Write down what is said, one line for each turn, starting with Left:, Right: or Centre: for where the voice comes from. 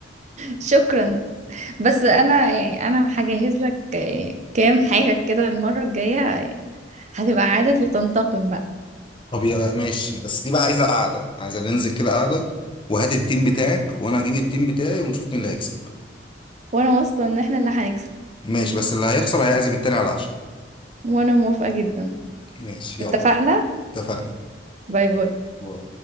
Right: شكرا بس انا يعني انا هجهز لك آه، كام حاجه كده المره الجايه آه، هتبقى عاده لتنتقم بقى
Left: طب يا ماشي بس دي بقى عايزه قاعده عايزه ننزل كده قاعده وهات التيم بتاعك وانا هجيب التيم بتاعي ونشوف مين اللي هيكسب
Right: وانا واثقة ان احنا اللي هنكسب
Left: ماشي بس اللي هيخسر هيعزم التاني على العشاء
Right: وانا موافقة جدا
Left: ماشي
Right: اتفقنا
Left: يلا اتفقنا
Right: باي باي
Left: باي.